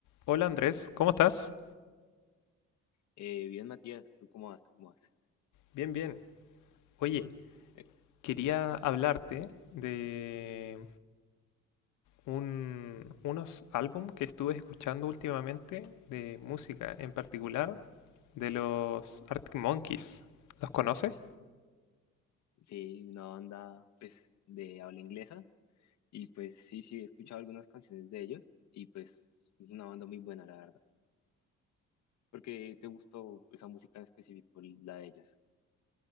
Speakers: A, on the left (about 80°); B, on the left (about 65°).
A: Hola Andrés, ¿cómo estás?
B: Eh, bien, Matías, ¿tú cómo vas? ¿Tú cómo vas?
A: Bien, bien. Oye,
B: Eh,
A: quería hablarte de un- unos álbum que estuve escuchando últimamente de música, en particular de los Arctic Monkeys. ¿Los conoces?
B: sí, una banda pues de habla inglesa y pues sí, sí, he escuchado algunas canciones de ellos y pues es una banda muy buena, la verdad. ¿Por qué te gustó esa música en específico, la de ellas?